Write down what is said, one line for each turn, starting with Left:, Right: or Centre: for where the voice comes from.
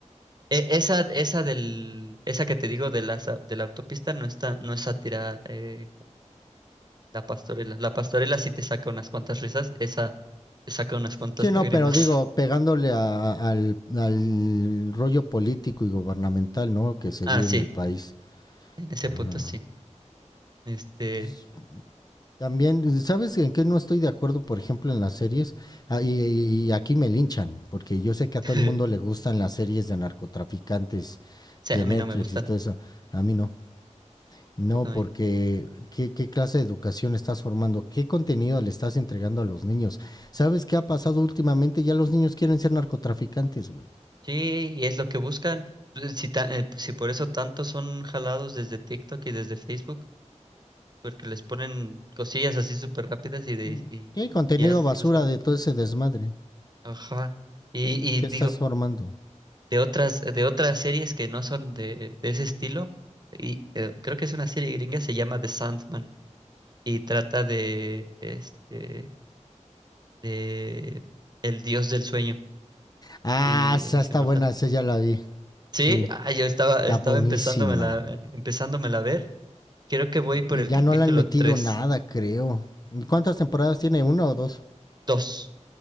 Right: E- Esa, esa del, esa que te digo de la, sa- de la autopista no está, no es sátira, eh, la pastorela. La pastorela sí te saca unas cuantas risas, esa te saca unas cuantas
Left: Sí, no,
Right: lágrimas.
Left: pero digo,
Right: <laughs>
Left: pegándole a- a- al, al rollo político y gubernamental, ¿no? Que se
Right: Ah,
Left: vive
Right: sí,
Left: en el país.
Right: en ese
Left: Ajá.
Right: punto sí. Este,
Left: Pues, También, ¿sabes en qué no estoy de acuerdo, por ejemplo, en las series? Ah, y, y aquí me linchan, porque yo sé que a todo
Right: <laughs>
Left: el mundo le gustan las series de narcotraficantes
Right: sí,
Left: de
Right: a
Left: Netflix
Right: mí no me gustan.
Left: y todo eso. A mí no. No,
Right: tampoco a
Left: porque
Right: mí.
Left: ¿qué, qué clase de educación estás formando? ¿Qué contenido le estás entregando a los niños? ¿Sabes qué ha pasado últimamente? Ya los niños quieren ser narcotraficantes, güey.
Right: Sí, y es lo que buscan. Pues, Si, ta- eh, pues, si por eso tantos son jalados desde TikTok y desde Facebook, porque les ponen cosillas así súper rápidas y, de,
Left: Mm.
Right: y
Left: ¿Qué contenido
Right: y ya se
Left: basura
Right: los jalan.
Left: de todo ese desmadre?
Right: Ajá. Y, y
Left: ¿Qué
Right: digo,
Left: estás formando?
Right: de otras, de otras series que no son de, de ese estilo. Y eh, creo que es una serie gringa, se llama The Sandman y trata de este de el dios del sueño
Left: Ah,
Right: y
Left: esa
Right: es
Left: está
Right: inmortal.
Left: buena, esa ya la vi.
Right: Sí,
Left: Sí,
Right: ah, yo estaba,
Left: está
Right: estaba
Left: buenísima.
Right: empezándomela, eh, empezándomela a ver. Creo que voy por
Left: Y
Right: el
Left: ya
Right: capítulo
Left: no le han metido
Right: tres
Left: nada, creo. ¿Cuántas temporadas tiene? ¿Una o dos?
Right: dos,